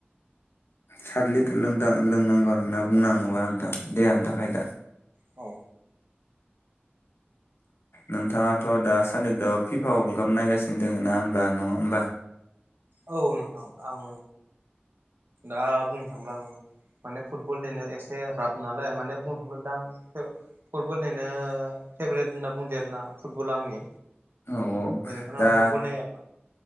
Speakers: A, on the left (about 80°); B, on the right (about 65°).
A: सात लिटार लोंनांगौ होनना बुंनो थाङोबा नोंथां देहानि थाखाय दा
B: औ
A: नोंथाङाथ' दा सानदि थ द फिफा वर्ल्ड काप नायगासिनो दङ ना होनबा नङा होमबा
B: औ नोंथां आं दा बुंनो थांला आं माने फुटबलनिनो एसे राभ नालाय माने बुंनो थांब्ला दा आं फुटबलनिनो फेभरेट होनना बुंदो आरोना फुटबल आंनि
A: औ औ
B: बेनिखायनो
A: दा
B: आं फुटबल नायो नोंथां